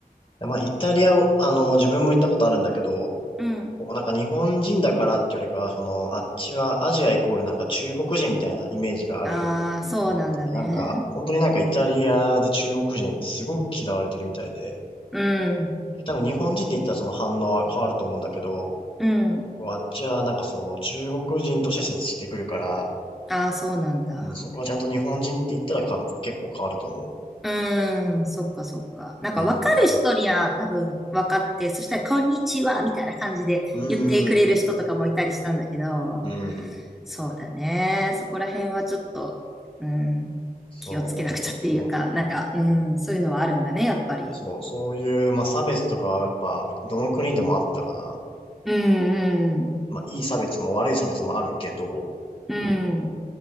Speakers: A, on the left; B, in the centre.
A: まあ、イタリアを、あの、自分も行ったことあるんだけど、
B: うん。
A: こうなんか日本人だからってよりかは、その、あっちはアジアイコールなんか中国人みたいなイメージがある。
B: ああ、そうなんだね。
A: うんなんか、本当になんかイタリアで中国人すごく嫌われてるみたいで、
B: うん。
A: 多分日本人で言ったらその反応は変わると思うんだけど、
B: うん。
A: こうあっちはなんかそう、中国人として接してくるから、
B: ああ、そうなんだ。
A: うん、そこはちゃんと日本人って言ったらか結構変わると思
B: うーん、そっかそっか。なんか分かる人には多分分かって、
A: う。うん。
B: そしたらこんにちはみたいな感じで言ってくれる人とかもいたりしたんだけど、
A: うん。うん。
B: そうだね。そこら辺はちょっと、うん、
A: そう
B: 気をつけなくちゃっていうか、なんか、うん、
A: ね。
B: そういうのはあるんだね、やっぱり。
A: そう、そういう、まあ、差別とかはやっぱ、どの国でもあったかな。
B: うん、うん。
A: まあ、いい差別も悪い差別もあるけど、
B: うん。